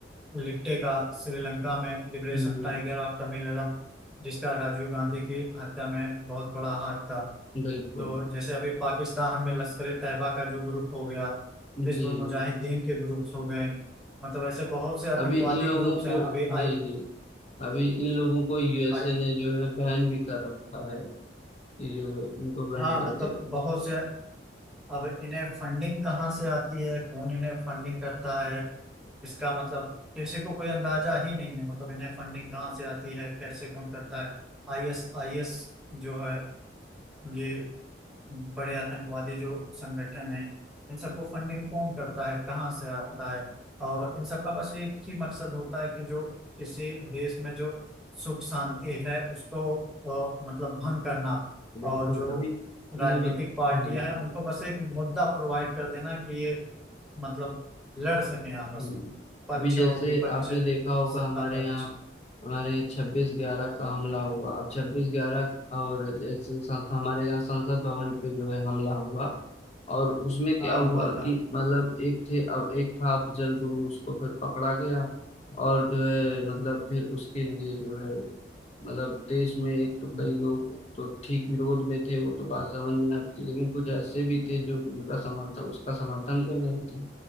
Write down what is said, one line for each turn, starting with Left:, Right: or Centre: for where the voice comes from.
Centre: लिट्टे का श्रीलंका में लिबरेशन
Left: हम्म
Centre: टाइगर ऑफ तमिलम जिसका राजीव गांधी की हत्या में बहुत बड़ा हाथ था
Left: बिल्कुल
Centre: तो जैसे अभी पाकिस्तान में लश्कर ए तैयबा का जो ग्रुप हो गया
Left: जी
Centre: हिजबुल मुजाहिदीन के ग्रुप्स हो गए मतलब ऐसे बहुत से आतंकवादी
Left: अभी इन लोगों
Centre: ग्रुप्स
Left: को
Centre: हैं अभी
Left: जी
Centre: आई,
Left: जी अभी इन लोगों को यूएसए
Centre: आई
Left: ने जो है बैन भी कर रखा है ये जो है इनको बैन
Centre: हाँ
Left: कर
Centre: मतलब
Left: दिया
Centre: बहुत से अब इन्हें फंडिंग कहाँ से आती है कौन इन्हें फंडिंग करता है इसका मतलब किसी को कोई अंदाजा ही नहीं है मतलब इन्हें फंडिंग कहाँ से आती है कैसे कौन करता है आईएस आईएस जो है ये बड़े आतंकवादी जो संगठन है इन सबको फंडिंग कौन करता है कहाँ से आता है और इन सबका बस एक ही मकसद होता है कि जो किसी देश में जो सुख शांति है उसको अ, मतलब भंग करना
Left: बिल्कुल
Centre: और जो
Left: अभी
Centre: राजनीतिक
Left: मैं बत...
Centre: पार्टियां
Left: हम्म
Centre: हैं उनको बस एक मुद्दा प्रोवाइड कर देना कि ये मतलब लड़ सकें आपस
Left: हम्म।
Centre: में पक्ष
Left: अभी जैसे
Centre: और विपक्ष
Left: आपने देखा होगा
Centre: सत्ता
Left: हमारे
Centre: पक्ष
Left: यहाँ हमारे यहाँ छब्बीस ग्यारह का हमला हुआ अब छब्बीस ग्यारह और जैसे संस- हमारे यहाँ संसद भवन पे जो है हमला हुआ और उसमें क्या
Centre: हाँ
Left: हुआ
Centre: हुआ था
Left: कि मतलब एक थे अब एक था अफजल गुरु उसको फिर पकड़ा गया और जो है मतलब फिर उसके लिए जो है मतलब देश में एक तो
Centre: हम्म,
Left: कई लोग तो ठीक विरोध में थे वो तो बात समझ में आती लेकिन कुछ ऐसे भी थे जो उनका समर्थन उसका समर्थन कर रहे थे